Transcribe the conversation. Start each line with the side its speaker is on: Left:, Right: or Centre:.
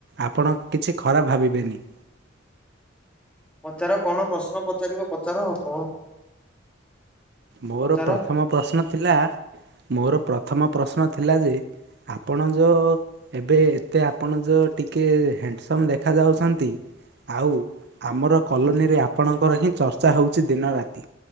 Right: ଆପଣ କିଛି ଖରାପ ଭାବିବେନି।
Centre: ପଚାର କଣ ପ୍ରଶ୍ନ ପଚାରିବ ପଚାର କଣ?
Right: ମୋର
Centre: ପଚାର
Right: ପ୍ରଥମ ପ୍ରଶ୍ନ ଥିଲା ମୋର ପ୍ରଥମ ପ୍ରଶ୍ନ ଥିଲା ଯେ ଆପଣ ଯୋଉ ଏବେ ଏତେ ଆପଣ ଯୋଉ ଟିକେ ହ୍ୟାଣ୍ଡସମ୍ ଦେଖାଯାଉଛନ୍ତି ଆଉ ଆମର କଲୋନୀରେ ଆପଣଙ୍କର ହିଁ ଚର୍ଚ୍ଚା ହଉଛି ଦିନରାତି।